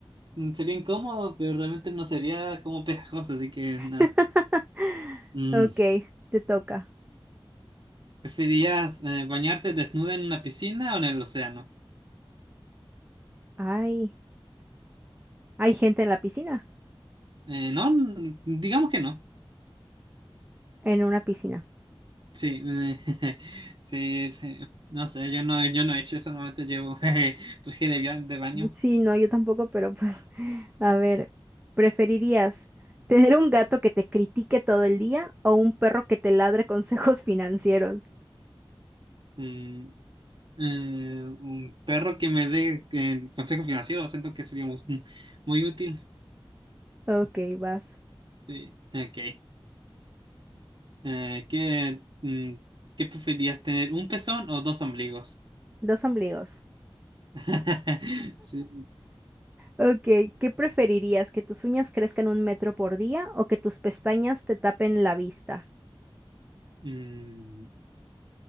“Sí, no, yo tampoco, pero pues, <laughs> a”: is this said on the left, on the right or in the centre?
Right